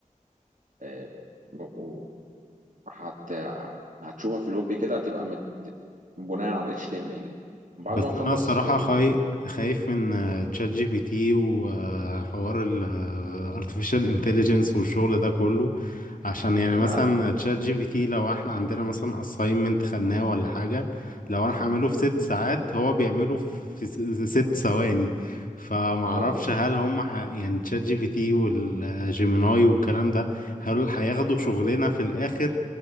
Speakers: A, on the right; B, on the left.
A: آه، و- هت... هتشوفها في الويب كده هتبقى مت... بناء على ال HTML بعد
B: بس
A: ما تخلص
B: انا الصراحه
A: ال...
B: خاي... خايف من آه، تشات جي بي تي وحوار ال آه، artificial intelligence والشغل ده كله عشان يعني
A: لا
B: مثلا
A: لا
B: تشات جي بي تي لو احنا عندنا مثلا assignment خدناه ولا حاجه لو انا هعمله في ست ساعات هو بيعمله في في س- ست ثواني فمعرفش
A: ما هو بص
B: هل هم ح... يعني تشات جي بي تي والجيميناي والكلام ده هل هياخدوا شغلنا في الاخر